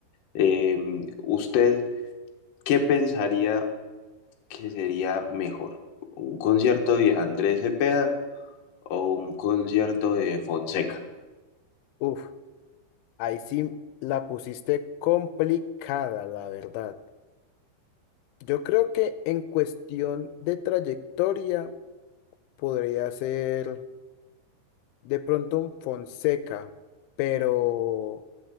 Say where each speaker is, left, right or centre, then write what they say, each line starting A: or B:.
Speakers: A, on the left; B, on the left.
A: Eh, ¿usted qué pensaría que sería mejor? ¿Un concierto de Andrés Cepeda o un concierto de Fonseca?
B: Uf, ahí sí la pusiste complicada, la verdad. Yo creo que en cuestión de trayectoria podría ser de pronto un Fonseca, pero